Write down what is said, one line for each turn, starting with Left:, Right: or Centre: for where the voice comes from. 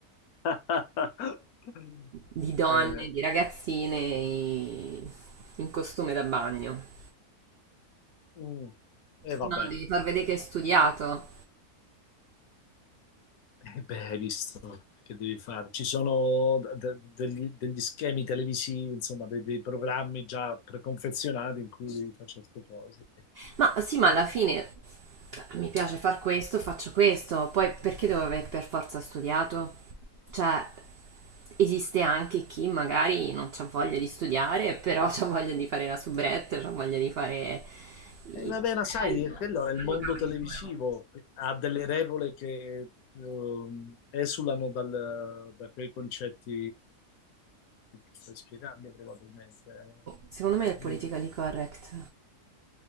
Left: <laughs>
Right: di donne,
Left: Eh,
Right: di ragazzine i- in costume da bagno.
Left: mm, e vabbè,
Right: No, devi far vedere che hai studiato.
Left: Eh, beh, hai visto che devi fare. Ci sono de- degli, degli schemi televisivi, insomma, dei, dei programmi già preconfezionati in cui devi fare certe cose.
Right: Ma sì, ma alla fine mi piace far questo, faccio questo, poi perché devo aver per forza studiato? Cioè, esiste anche chi magari non ha voglia di studiare, però ha voglia di fare la soubrette, ha voglia di fare il
Left: Eh, vabbè,
Right: modello,
Left: ma sai, quello è
Right: saranno
Left: il mondo
Right: cavoli
Left: televisivo,
Right: loro.
Left: ha delle regole che ehm, esulano dal- da quei concetti che tu stai spiegando probabilmente.
Right: Secondo me è il politically
Left: eh. Mm.
Right: correct.